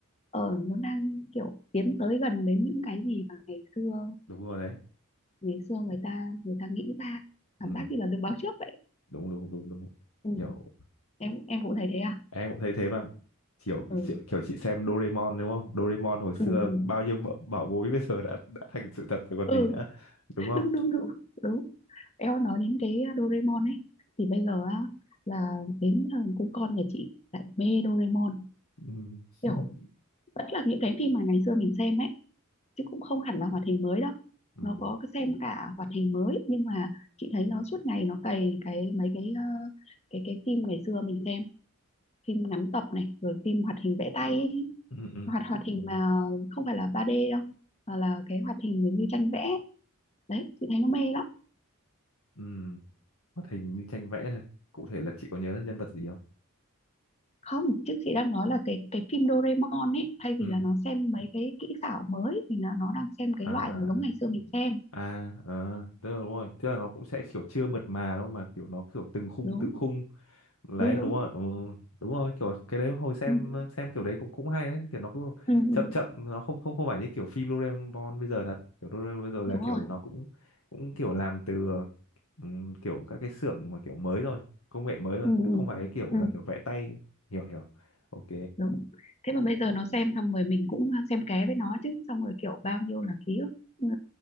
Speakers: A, on the left; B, on the left.
A: ờ nó đang kiểu tiến tới gần đến những cái gì mà ngày xưa
B: đúng rồi đấy
A: ngày xưa người ta người ta nghĩ ra cảm
B: ừ.
A: giác như là được báo trước vậy
B: đúng đúng đúng đúng
A: ừ.
B: kiểu
A: em em cũng thấy thế à
B: em cũng thấy thế mà kiểu
A: ừ
B: kiểu, kiểu chị xem Doraemon đúng không Doraemon hồi
A: ừ
B: xưa
A: ừ,
B: bao nhiêu bảo, bảo bối bây giờ đã đã thành sự thật rồi còn
A: ừ.
B: gì nữa đúng không
A: đúng đúng đúng đúng em nói đến cái Doraemon ấy thì bây giờ á, là đến thằng cu con nhà chị lại mê Doraemon
B: ừ.
A: kiểu
B: <laughs>
A: vẫn là những cái phim mà ngày xưa mình xem ấy chứ cũng không hẳn là hoạt hình mới đâu
B: ừ.
A: nó có cái xem cả hoạt hình mới nhưng mà chị thấy nó suốt ngày nó cày cái mấy cái ờ, cái cái phim ngày xưa mình xem phim ngắn tập này rồi phim hoạt hình vẽ tay ấy.
B: Ừ. Ừ.
A: hoạt hoạt hình mà không phải là 3D đâu mà là cái hoạt hình giống như tranh vẽ đấy chị thấy nó mê lắm
B: ừ. hoạt hình như tranh vẽ là cụ thể là chị có nhớ nhân vật gì không
A: không chứ chị đang nói là cái cái phim Doraemon ấy thay
B: ừ.
A: vì là nó xem mấy cái kỹ xảo mới thì là nó đang xem cái
B: à
A: loại
B: à
A: mà giống ngày xưa mình xem
B: à à, ờ, tức là đúng rồi tức là nó cũng sẽ kiểu chưa mượt mà đâu mà kiểu nó kiểu từng khung
A: đúng
B: từng khung Đấy
A: đúng đúng
B: đúng rồi ừ, ừ, đúng rồi kiểu cái đấy hồi xem
A: ừ.
B: xem kiểu đấy cũng cũng hay đấy kiểu nó cứ
A: Ừ. ừ.
B: chậm chậm nó không không không phải như kiểu phim Doraemon bây giờ thật kiểu Doraemon bây giờ là
A: đúng
B: kiểu
A: rồi
B: nó cũng cũng kiểu làm từ ừm, kiểu các cái xưởng mà kiểu mới rồi công nghệ mới rồi
A: ừ.
B: chứ
A: Ừ.
B: không phải cái kiểu
A: ừ.
B: là kiểu vẽ tay hiểu hiểu ok
A: đúng thế mà bây giờ nó xem xong rồi mình cũng xem ké với nó chứ xong rồi kiểu bao nhiêu là ký ức ờ,